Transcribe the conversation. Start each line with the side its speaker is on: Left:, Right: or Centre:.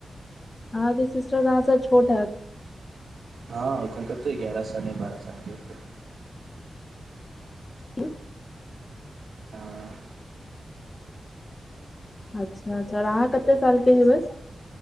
Left: अहाँ के सिस्टर त अहाँं छोट हेएत?
Right: हँ ओकन कते ग्यारह साल या बारह सालके होतै।
Left: ह
Right: हँ
Left: अच्छा अच्छा आर अहाँ कते साल के हेबै?